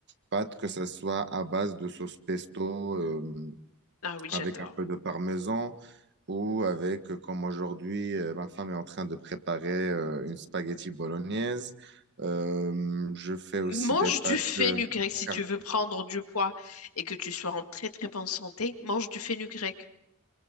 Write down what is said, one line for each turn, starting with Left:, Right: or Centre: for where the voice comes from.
Right: pâtes que ce soit à base de sauce pesto. euh,
Left: Ah oui, j'adore.
Right: avec un peu de parmesan ou avec, euh, comme aujourd'hui, euh, ma femme est en train de préparer euh, une spaghetti bolognaise. Euh, je fais aussi
Left: Mange
Right: des pâtes.
Left: du fenugrec
Right: euh,
Left: si
Right: car-
Left: tu veux prendre du poids et que tu sois en très très bonne santé. Mange du fenugrec.